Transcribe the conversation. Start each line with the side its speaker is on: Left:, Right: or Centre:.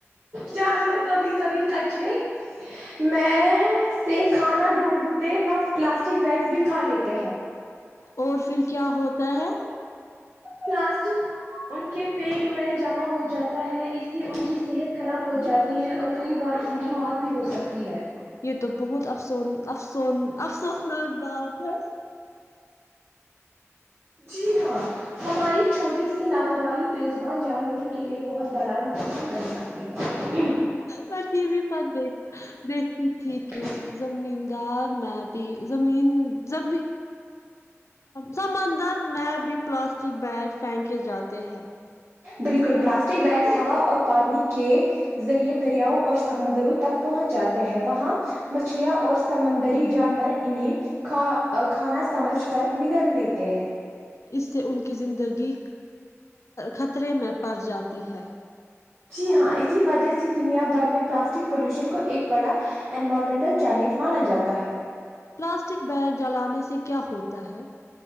Right: جانور کبھی کبھی کچرے میں سے کھانا ڈھونڈتے وقت پلاسٹک بیگس بھی کھا لیتے ہیں <inaudible>
Left: اور پھر کیا ہوتا ہے
Right: پلاسٹک ان کے پیٹ میں جمع ہو جاتا ہے اس سے ان کی صحت خراب ہو جائے <unintelligible> جاتی ہے اور کئی بار ان کی موت بھی ہو سکتی ہے <unintelligible>
Left: یہ تو بہت افسون افسون افسوسناک بات ہے
Right: جی ہاں ہماری چھوٹی سی لاپرواہی ب زبان جانوروں کے لیے بہت بڑا نقصان بن سکتی ہے
Left: میں ٹی وی پر دیکھ دیکھتی تھی
Right: <unintelligible>
Left: کہ زمدار میں بھی <unintelligible> زمین ز سمانندر میپ <unintelligible> بھی پلاسٹک بیگ پھینکے جاتے ہیں <unintelligible>
Right: بالکل پلاسٹک بیگس ہوا اور پانی کے ذریعے دریاؤ اور سمندروں تک پہنچ جاتے ہیں وہاں مچھلیاں اور سمندری جانور انہیں کا کھانا سمجھ کر نگل دیتے ہیں
Left: اس سے ان کیی زندگی خطرے میں پڑ جاتی ہے
Right: جی ہاں اسی وجہ سے دنیا بھر میں پلاسٹک پولوشن کو ایک بڑا انوائرمنٹل چیلنج مانا جاتا ہے
Left: پلاسٹک بیگ جلانے سے کیا ہوتا تا ہے <unintelligible>